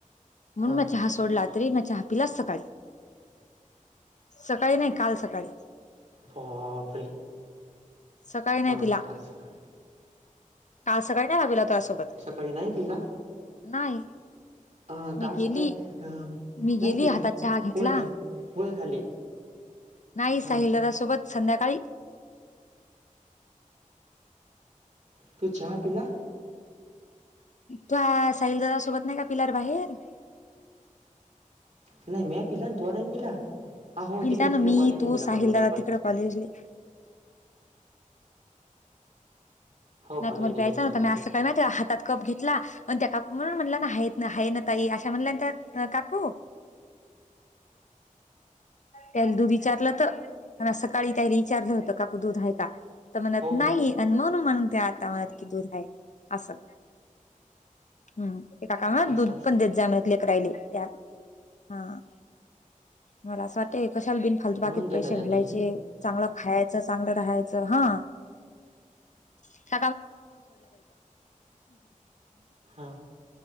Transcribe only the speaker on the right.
हां
बापरे
हां
काल सकाळी
सकाळी नाही पिला?
अं
काल
सकाळी अं
नाही पिला,
पोहे खाले पोहे खाल्ले.
हां
तू चहा पीला?
नाही, म्या पिला अन तुवा नाही पिला? हा हो
तिकडे
तिकडे
कॉलेजला
पिला
बरोबर आहे आपण
हो
कॉलेजला
गेलतो
तेव्हा
पिला
हो
असं
असं
म्हणून दिलं
त्यांनी
हे
हां